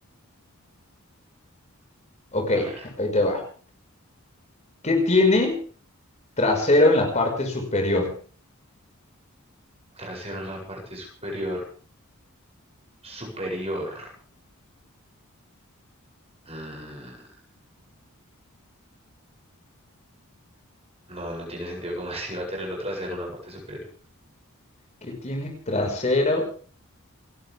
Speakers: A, on the left; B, on the right.
A: ok,
B: A ver.
A: ahí te va. ¿Qué tiene trasero en la parte superior?
B: Trasero en la parte superior. Superior. Mm, no, no tiene sentido como <laughs> así va a tenerlo trasero en la parte superior.
A: ¿Qué tiene trasero?